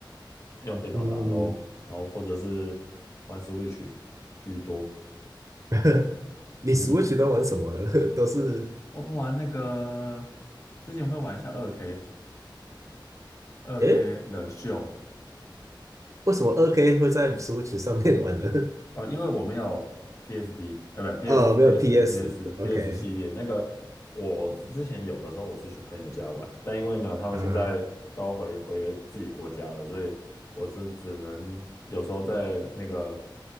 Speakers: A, on the left; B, on the right.
A: 用电脑打
B: 嗯，
A: LO，然后或者是玩 Switch 居多
B: <laughs> 你
A: ，Switch。
B: Switch 都玩什么呢？<laughs> 都是，
A: 我玩那个之前会玩一下二 K 二
B: 诶，
A: K 冷秀
B: 为什么二 k 会在 Switch 上面玩呢？
A: 哦，因为我没有 PSP，呃，
B: <laughs>
A: 不 PS
B: 哦，
A: PS
B: 没有 PS
A: PS
B: 的，OK，
A: PS 系列那个，我之前有的时候我是去朋友家玩，但因为呢他们现在都回回自己国家了，
B: 啊
A: 所以我只只能有时候在那个